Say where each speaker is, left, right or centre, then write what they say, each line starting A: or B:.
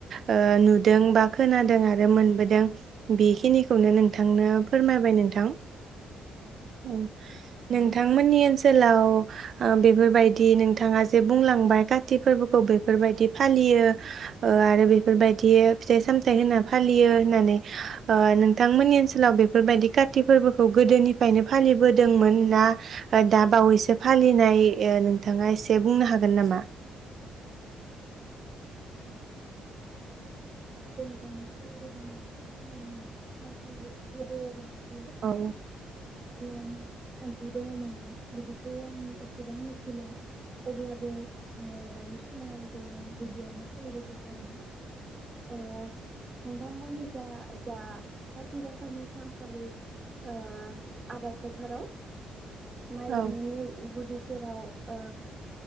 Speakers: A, on the right; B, on the right.
A: ओ नुदों बा खोनादों आरो रो मोनबोदों बेखिनिखौनो नोंथांनो फोरमायबाय नोंथां। औ नोंथांमोननि ओन सोलाव ओ बेफोरबायदि नोंथाङा जे बुंलांबाय काति फोरबोखौ बेफोरबायदि फालियो ओ आरो बेफोरबायदि फिथाइ सामथायाइ होना फालियो होननानै ओ नोंथांमोननि ओनसोलाव बेफोरबायदि काति फोरबोखौ गोदोनिफ्रायनो फालिबोदोंमोन ना दा बावैसो फालिनाय ए नोंथाङा एसे बुंनो हागोन नामा?
B: <unintelligible>
A: औ
B: ओम खान्थि दङमोन बेआव बिदिखौ आं एसेबां मिथिला अब्लाबो ओ दानि समाव ओम बिदियानो खोनाबाय थायो आरो ना? ओ नोंथां मोनि बिथांआ जा काथि दासानि सानखालि आ आबाद फोथाराव माइ गायनायनि
A: औ
B: गुदि जेराव ओ